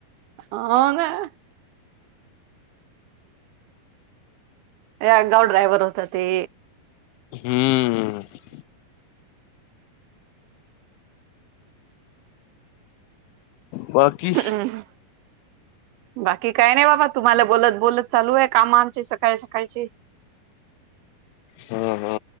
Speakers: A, on the right (about 85°); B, on the left (about 85°).
A: आ काय. या आगाव ड्रायव्हर होता ते.
B: हम्म बाकी.
A: हम्. बाकी काय नाही बाबा, तुम्हाला बोलत बोलत चालू आहे काम आमची सकाळी सकाळची. <inaudible>
B: हा हा.